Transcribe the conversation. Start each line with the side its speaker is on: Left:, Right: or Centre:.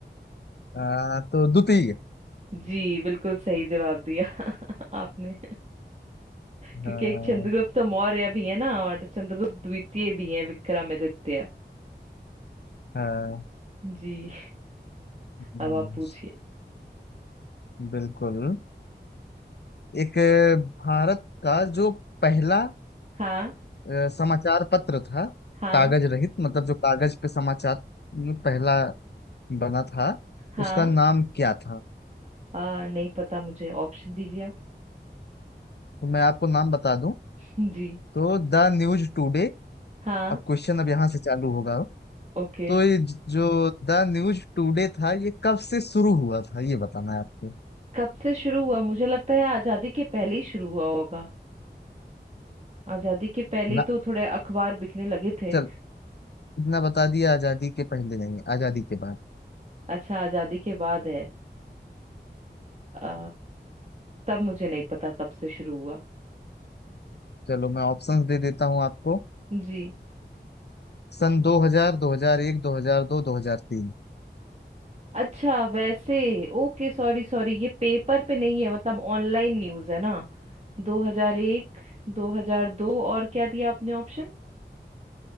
Left: आ, तो द्वितीय
Right: जी बिल्कुल सही जवाब दिया आपने क्योंकि
Left: हाँ
Right: एक चंद्रगुप्त मौर्य भी है ना और चंद्रगुप्त द्वितीय भी है विक्रमादित्य
Left: हाँ
Right: जी
Left: हम्म,
Right: अब आप पूछिए
Left: बिल्कुल एक भारत का जो पहला
Right: हाँ
Left: अ, समाचार पत्र था
Right: हाँ
Left: कागज रहित मतलब जो कागज पे समाचार पहला बना था
Right: हाँ
Left: उसका नाम क्या था
Right: आ, नहीं पता मुझे ऑप्शन दीजिए आप
Left: तो मैं आपको नाम बता दूं
Right: <laughs> जी
Left: तो द न्यूज टुडे
Right: हाँ
Left: अब क्वेश्चन अब यहाँ से चालू होगा
Right: ओके
Left: तो ये ज- जो द न्यूज टुडे था ये कब से शुरू हुआ था ये बताना है आपको
Right: कब से शुरू हुआ मुझे लगता है आजादी के पहले ही शुरू हुआ होगा आजादी के पहले
Left: ना
Right: ही तो थोड़े अखबार बिकने लगे थे
Left: चल इतना बता दिया आजादी के पहले नहीं आजादी के बाद
Right: अच्छा आजादी के बाद है आ, तब मुझे नहीं पता कब से शुरू हुआ
Left: चलो मैं ऑप्शंस दे देता हूँ आपको
Right: जी
Left: सन 2000 2001 2002 2003
Right: अच्छा वैसे ओके सॉरी सॉरी ये पेपर पे नहीं है मतलब ऑनलाइन न्यूज़ है ना 2001 2002 और क्या दिया आपने ऑप्शन